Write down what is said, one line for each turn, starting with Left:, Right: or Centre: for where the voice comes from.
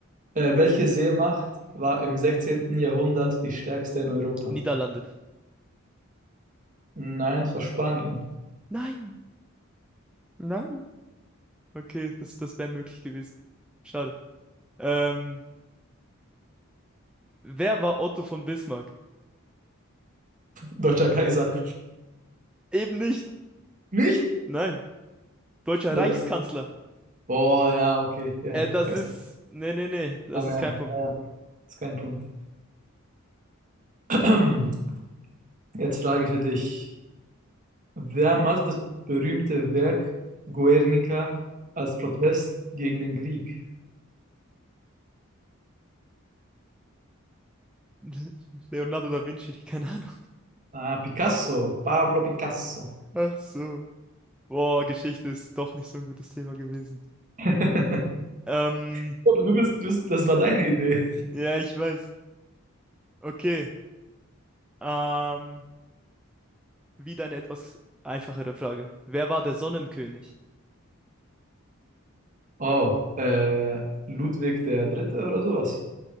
Right: Äh, welche Seemacht war im 16. Jahrhundert die stärkste in Europa?
Centre: Niederlande.
Right: Nein, es war Spanien.
Centre: Nein, nein. Okay, das, das wäre möglich gewesen. Schade. Ähm, wer war Otto von Bismarck?
Right: <laughs> Deutscher Kaiser.
Centre: Eben nicht.
Right: Nicht?
Centre: Nein. Deutscher
Right: Äh,
Centre: Reichskanzler.
Right: boah, ja, okay, ja.
Centre: Äh, das
Right: Weiß.
Centre: ist. Nee, nee, nee. Das
Right: Äh,
Centre: ist kein Punkt.
Right: äh, ist kein Punkt. <clears throat> Jetzt frage ich für dich. Wer malte das berühmte Werk Guernica als Protest gegen den Krieg?
Centre: <laughs> Leonardo da Vinci. <laughs> Keine Ahnung.
Right: Ah, Picasso, Pablo Picasso.
Centre: Ach so. Boah, Geschichte ist doch nicht so ein gutes Thema gewesen.
Right: <laughs>
Centre: Ähm,
Right: Oh, Du bist, du bist, das war deine Idee.
Centre: ja, ich weiß. Okay. Ähm, wieder eine etwas einfachere Frage. Wer war der Sonnenkönig?
Right: Oh, äh, Ludwig der Dritte oder sowas?